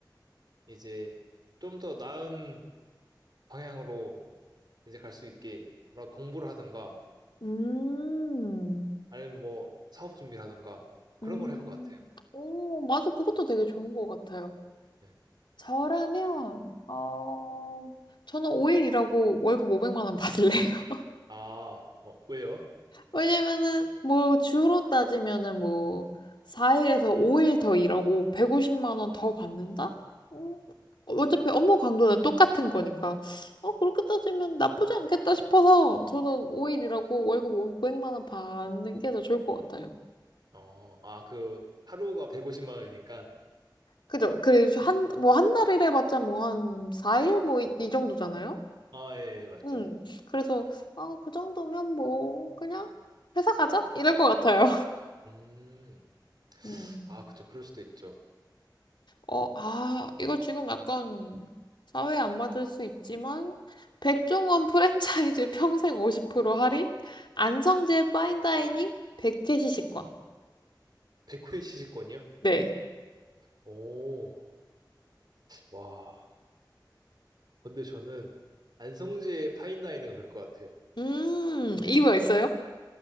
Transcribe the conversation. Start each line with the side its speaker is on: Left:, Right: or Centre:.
Right: 이제 좀 더 나은 방향으로 이제 갈 수 있게 뭐라 공부를 하던가
Left: 음.
Right: 아니면 뭐 사업 준비를 하던가 그런
Left: 음,
Right: 걸 할 것 같아요.
Left: 오, 맞아. 그것도 되게 좋은 것 같아요.
Right: 네.
Left: 저라면, 어, 저는 5일 일하고 월급 500만 원 받을래요. <laughs>
Right: 아, 어, 왜요?
Left: 왜냐면은, 뭐, 주로 따지면은 뭐, 4일에서 5일 더 일하고 150만 원 더 받는다? 음, 어차피 업무 강도는 똑같은 거니까, 어, 그렇게 따지면 나쁘지 않겠다 싶어서 저는 5일 일하고 월급 500만 원 받는 게 더 좋을 것 같아요.
Right: 어, 아, 그 하루가 150만 원이니까
Left: 그죠? 그리고 한, 뭐, 한 달 일해봤자 뭐, 한 4일? 뭐, 이, 이 정도잖아요?
Right: 아, 예, 예, 맞죠.
Left: 응. 그래서, 아, 그 정도면 뭐, 그냥 회사 가자? 이럴 것 같아요.
Right: 음,
Left: 음.
Right: 아, 그쵸. 그럴 수도 있죠.
Left: 어, 아, 이거 지금 약간 사회에 안 맞을 수 있지만, 백종원 프랜차이즈 <laughs> 평생 50% 할인? 안성재 파인다이닝? 백캐시 식권.
Right: 100회 시식권이요?
Left: 네.
Right: 오, 와. 근데 저는 안성재 파인다이닝을 갈 것 같아요.
Left: 음, 이유가 있어요?